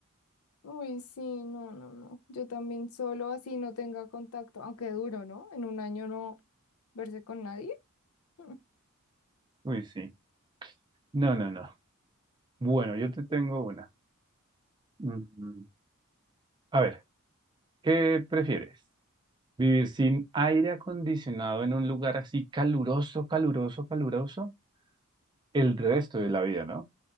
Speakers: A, on the left; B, on the right.
A: Uy, sí, no, no, no. Yo también solo así no tenga contacto, aunque duro, ¿no? En un año no verse con nadie. <laughs> Mm.
B: Uy, sí. No, no, no. Bueno, yo te tengo una. Mm, A ver, ¿qué prefieres? ¿Vivir sin aire acondicionado en un lugar así caluroso, caluroso, caluroso el resto de la vida, ¿no?